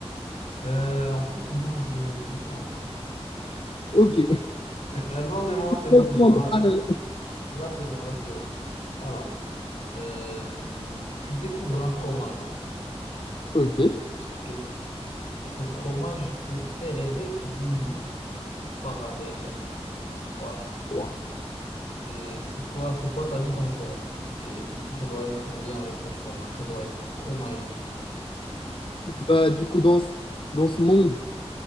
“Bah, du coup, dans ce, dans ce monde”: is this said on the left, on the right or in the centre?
Left